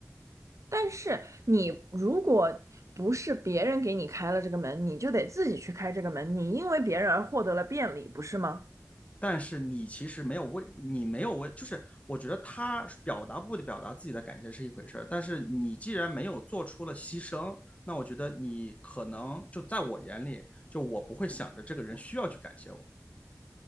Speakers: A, on the right; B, on the left.
A: 但是你如果不是别人给你开了这个门，你就得自己去开这个门，你因为别人而获得了便利，不是吗？
B: 但是你其实没有为你没有为，就是我觉得他表达不表达自己的感谢是一回事儿，但是你既然没有做出了牺牲，那我觉得你可能就在我眼里，就我不会想着这个人需要去感谢我，